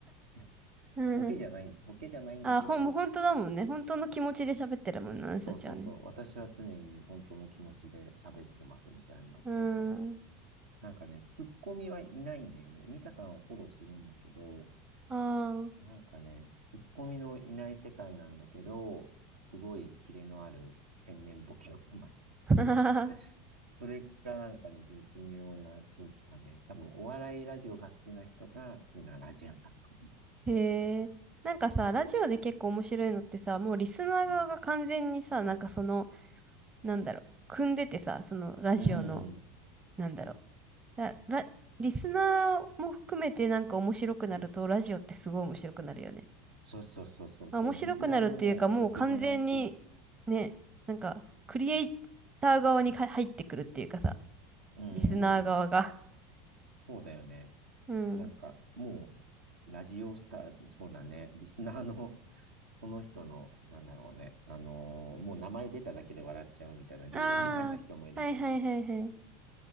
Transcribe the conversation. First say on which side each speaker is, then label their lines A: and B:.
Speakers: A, on the right (about 75°); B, on the right (about 20°).
A: <laughs>
B: うん。
A: ボケじゃないんだ。ボケじゃないんだけど、
B: ああ、ほん、もう本当だもんね。本当の気持ちで喋ってるもんな、私たちはね。
A: そうそうそう。私は常に本当の気持ちで喋ってますみたいな。
B: う
A: そうそうそう。
B: ん。
A: なんかね、ツッコミはいないんだよね。ミカさんはフォローするんだけど、
B: ああ。
A: なんかね、ツッコミのいない世界なんだけど、すごいキレのある天然ボケをかましていて、
B: <laughs>
A: それがなんかね、絶妙な空気感で、多分お笑いラジオが好きな人が好きなラジオだと思
B: へえ。なんかさ、ラジオで結構面白いのってさ、もうリスナー側が完全にさ、
A: う。う
B: なんかその、なんだろう、組んでてさ、そのラジオの、
A: ん。うん
B: なんだろう。だ、ラ、リスナーも含めてなんか面白くなると、ラジオってすごい面白くなるよね。
A: そうそうそうそうそう。
B: まあ、面白くなるっていうか、
A: リスナーももう独自の空気。
B: もう完全に、ね、なんか、クリエイター側にか入ってくるっていうかさ、
A: う
B: リスナー側が。
A: ん。そうだよね。
B: <laughs> うん。
A: なんか、もう、ラジオスター、そうだね、リスナーの、<laughs> その人の、なんだろうね、あのーもう名前出ただけで笑っちゃうみたいな、常連みたいな人もいるしね。
B: ああ、はいはいはいはい。